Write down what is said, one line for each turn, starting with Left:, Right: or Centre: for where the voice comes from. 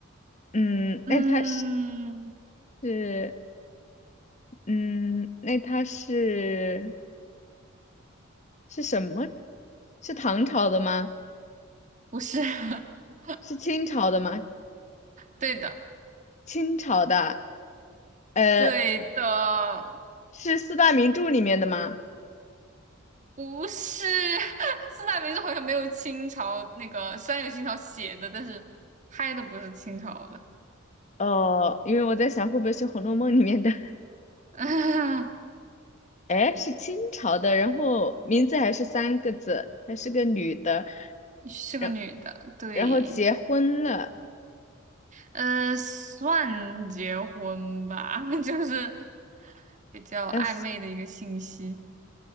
Left: 嗯，
Right: 嗯，
Left: 那他是，嗯，那他是是什么？是唐朝的吗？
Right: 不是，<laughs>
Left: 是清朝的吗？
Right: 对的。
Left: 清朝的，呃，
Right: 对的，
Left: 是四大名著里面的吗？
Right: 不是 <laughs> 四大名著，好像没有清朝那个，虽然有清朝写的，但是拍的不是清朝的，
Left: 哦，因为我在想会不会是《红楼梦》里面的。
Right: <laughs>
Left: 哎，是清朝的，然后名字还是三个字，还是个女的，
Right: 是个女的，
Left: 然
Right: 对，
Left: 然后结婚了，
Right: 呃，算结婚吧，<laughs> 就是比较暧昧的一个信息，
Left: 呃，